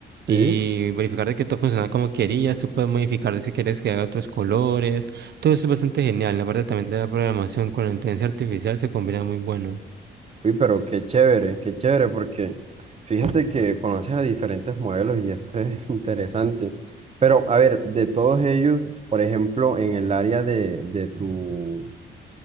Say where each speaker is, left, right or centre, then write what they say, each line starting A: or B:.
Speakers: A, on the right; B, on the right.
A: y
B: Sí.
A: verificar de que todo funcionaba como querías, tú puedes modificar de si quieres que haga otros colores, todo eso es bastante genial, la parte también de la programación con la inteligencia artificial se combina muy bueno.
B: Uy, pero qué chévere, qué chévere, porque fíjate que conoces a diferentes modelos y esto es <laughs> interesante. Pero, a ver, de todos ellos, por ejemplo, en el área de, de tu